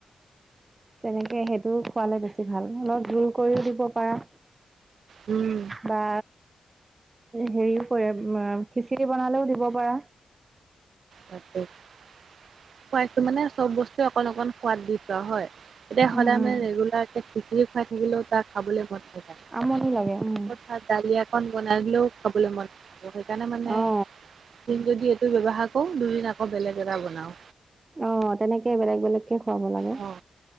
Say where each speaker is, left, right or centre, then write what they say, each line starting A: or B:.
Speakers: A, on the right (about 35°); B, on the right (about 70°).
A: তেনেকে সেইটো খোৱালে বেছি ভাল অলপ জোল কৰিও দিব পাৰা।
B: উম।
A: বা হেৰিও কৰে খিচিৰি বনালেও দিব পাৰা।
B: <unintelligible> সোৱাদটো মানে চব বস্তুৱে অকণ অকণ সোৱাদ দি পোৱা হয়। এতিয়া
A: উম
B: সদায়
A: উম
B: মানে, ৰেগুলাৰকে খিচিৰি খুৱাই থাকিলেও তাৰ খাবলে মন নাযায়।
A: আমনি লাগে, উম।
B: <unintelligible> দালি অকণ বনাই দিলেও খাবলৈ মন নকৰে, সেইকাৰণে মানে দুদিন
A: অ
B: যদি এইটো ব্যৱহাৰ কৰো, দুইদিন আকৌ বেলেগ এটা বনাওঁ।
A: অ' তেনেকে বেলেগ বেলেগকে খোৱাব লাগে।
B: অ